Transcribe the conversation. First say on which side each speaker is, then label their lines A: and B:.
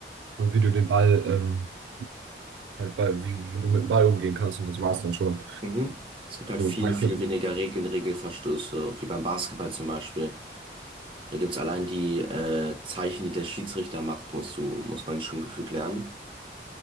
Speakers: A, on the right (about 90°); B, on the right (about 30°).
A: und wie du den Ball, ähm, halt bei, wie, wie du mit dem Ball umgehen kannst. Und das war's dann schon.
B: Mhm. Es gibt halt
A: So,
B: viel,
A: Taktik.
B: viel weniger Regeln, Regelverstöße, wie beim Basketball zum Beispiel. Da gibt es allein die äh, Zeichen, die der Schiedsrichter macht, musst du, muss man schon gefühlt lernen.